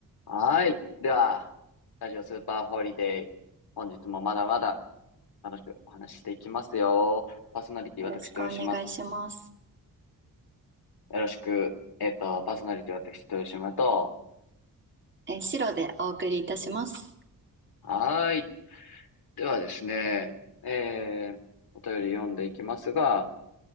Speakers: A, on the left; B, on the right.
A: はい。では、ラジオスーパーホリデー。本日もまだまだ楽しくお話ししていきますよ。パーソナリティ私、
B: よろしくお願いします。
A: 豊島。よろしく。えっと、パーソナリティ私、豊島と。
B: えー、白でお送りいたします。
A: はい。ではですね、えー、お便り読んでいきますが、